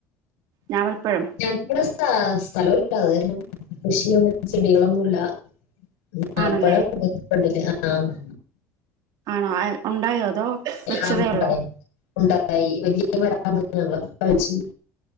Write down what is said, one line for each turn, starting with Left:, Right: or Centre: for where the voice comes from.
Right: ഞാവൽപ്പഴം
Left: ഇവിടെ സ്ഥലോല്ല അത്കാരണം കൃഷിയൊന്നും ചെടികളൊന്നുല്ല ഞാവൽപ്പഴംഒക്കെണ്ട്
Right: ആണല്ലേ
Left: ഫ്രണ്ടില് ആഹ് ആഹ്
Right: ആണോ ആയ് ഉണ്ടായോ അതോ വെച്ചതേ
Left: ആ ഉണ്ടായി
Right: ഒള്ളോ?
Left: ഉണ്ടായി വല്ല്യ മരങ്ങ <unintelligible>